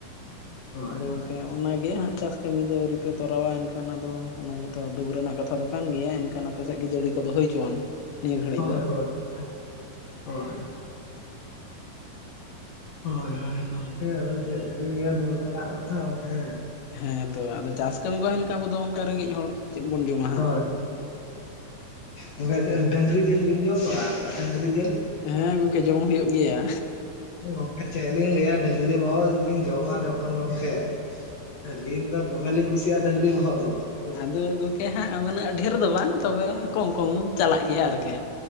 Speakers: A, on the left; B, on the left.
A: ᱦᱳᱭ
B: ᱟᱫᱚ
A: ᱦᱳᱭ
B: ᱜᱚᱝᱠᱮ, ᱚᱱᱟᱜᱮ ᱦᱟᱸᱜ ᱪᱟᱥ ᱠᱟᱹᱢᱤ ᱫᱚ ᱟᱹᱣᱨᱤᱯᱮ ᱛᱚᱨᱟᱣᱟ ᱮᱱᱠᱷᱟᱱ ᱟᱫᱚ ᱚᱱᱟᱜᱮ ᱛᱚ ᱫᱩᱠ ᱨᱮᱱᱟᱜ ᱠᱟᱛᱷᱟ ᱫᱚ ᱠᱟᱱ ᱜᱮᱭᱟ, ᱮᱱᱠᱷᱟᱱ ᱟᱯᱮᱥᱮᱫ ᱜᱮ ᱡᱟᱹᱲᱤ ᱠᱚᱫᱚ ᱦᱩᱭ ᱦᱚᱪᱚᱣᱟᱱ ᱱᱤᱭᱟᱹ ᱜᱷᱟᱹᱲᱤᱡ
A: ᱦᱳᱭ
B: ᱫᱚ
A: ᱦᱳᱭ ᱦᱳᱭ᱾ ᱦᱳᱭ ᱦᱳᱭ ᱜᱚᱝᱠᱮ ᱟᱫᱚ ᱪᱮᱫ ᱵᱤᱱ ᱞᱟᱭᱟᱹ ᱫᱩᱠ ᱨᱮᱱᱟᱜ ᱠᱟᱛᱷᱟ ᱜᱚᱝᱠᱮ
B: ᱦᱮᱸᱻ ᱛᱚ ᱟᱫᱚ ᱪᱟᱥ ᱠᱟᱹᱢᱤ ᱵᱟᱝ ᱦᱩᱭ ᱞᱮᱱᱠᱷᱟᱱ ᱟᱵᱚ ᱫᱚ ᱚᱱᱠᱟ ᱨᱮᱸᱜᱮᱡ ᱦᱚᱲ, ᱪᱮᱫ ᱡᱚᱢᱟ ᱦᱟᱸᱜ᱾
A: ᱦᱳᱭ ᱜᱚᱝᱠᱮ
B: ᱦᱩᱸ
A: ᱰᱟᱹᱝᱨᱤ ᱡᱤᱞ ᱵᱤᱱ ᱡᱚᱢ ᱵᱟᱲᱟ ᱟᱠᱟᱫᱟ ᱰᱟᱝᱜᱨᱤ ᱡᱤᱞ?
B: ᱦᱮᱸ ᱜᱚᱝᱠᱮ ᱡᱚᱢ ᱦᱩᱭᱩᱜ ᱜᱮᱭᱟ᱾
A: ᱜᱚᱢᱠᱮ ᱪᱮᱫ ᱞᱤᱧ ᱞᱟᱹᱭᱟ ᱰᱟᱹᱝᱨᱤ ᱵᱚᱦᱚᱜ ᱵᱤᱱ ᱡᱚᱢᱟ ᱡᱚᱠᱷᱚᱱ ᱜᱚᱢᱠᱮ ᱟᱹᱞᱤᱧ ᱫᱚ ᱫᱚᱢᱮ ᱞᱤᱧ ᱠᱩᱥᱤᱭᱟᱜᱼᱟ ᱰᱟᱹᱝᱨᱤ ᱵᱚᱦᱚᱜ ᱫᱚ᱾ ᱵᱩᱡᱽ
B: ᱟᱫᱚ
A: ᱠᱮᱫᱟ ᱵᱤᱱ
B: ᱜᱚᱢᱠᱮ ᱦᱟᱸᱜ ᱩᱱᱟᱹᱜ ᱰᱷᱮᱨ ᱵᱟᱝ ᱛᱚᱵᱮ ᱠᱚᱢ ᱠᱚᱢ ᱪᱟᱞᱟᱜ ᱜᱮᱭᱟ ᱟᱨᱠᱤ᱾